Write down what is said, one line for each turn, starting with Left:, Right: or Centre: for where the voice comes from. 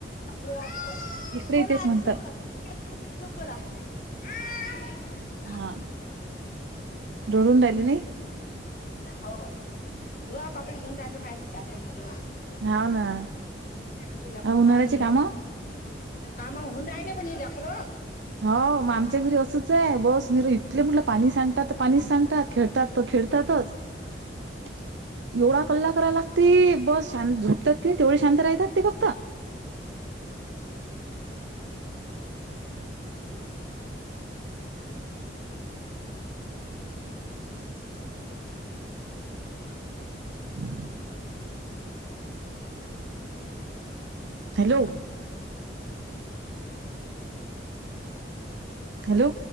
Left: अरे, अच्छा.
Right: इकडे
Left: बोला
Right: तेच
Left: आजी
Right: म्हणतात
Left: सोबत. <inaudible> आजीसोबत बोला, आअ <inaudible>
Right: हा, धूडून राहीली नाई?
Left: होव, धुवा कापडी धुवून राहीले माय मी चादरं घिदरो. <inaudible>
Right: हाव ना
Left: आमची लाकरं
Right: उन्हाळ्याची
Left: माय हीला
Right: कामं
Left: क् कामं होऊन राहीले पण ही ल्याकरो
Right: हाव, मग आमच्या घरी असंच आहे बस नरो इतले मुलं पाणी सांडतात त पाणीच सांडतात खेडतात त खेडतातच. <unintelligible> येवडा कल्ला कराय लागती, बस शां झोपतात किनी तेवडे शांत राह्यतात ते फक्त. हम्म हॅलो हॅलो